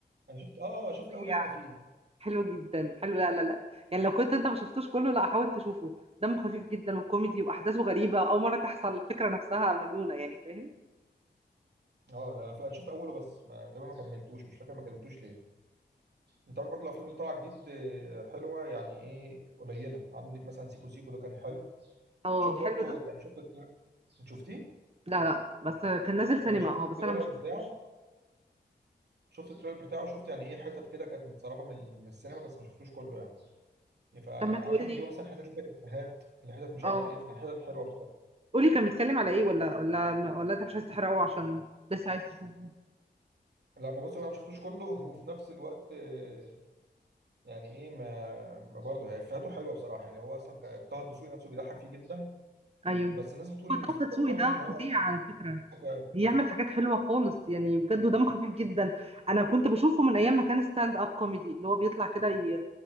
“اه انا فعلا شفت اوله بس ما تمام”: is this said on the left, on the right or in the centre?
Right